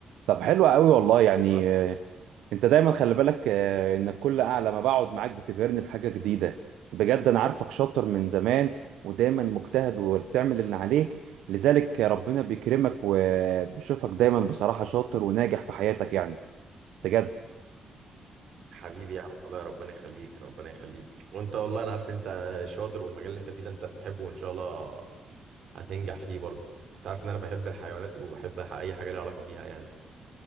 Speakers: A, on the right; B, on the right.
A: طب حلو قوي والله يعني
B: بس
A: آه، انت دايما خلي بالك آه، انك كل اعلى ما بقعد معاك بتبهرني بحاجه جديده بجد انا عارفك شاطر من زمان ودايما مجتهد وبتعمل اللي عليك لذلك ربنا بيكرمك وبشوفك دايما بصراحه شاطر وناجح في حياتك يعني بجد
B: حبيبي يا عم والله ربنا يخليك ربنا يخليك وانت والله انا عارف انت شاطر والمجال اللي انت فيه ده انت بتحبه وان شاء الله هتنجح فيه برضه انت عارف ان انا بحب الحيوانات وبحب اي حاجه ليها علاقه بيها يعني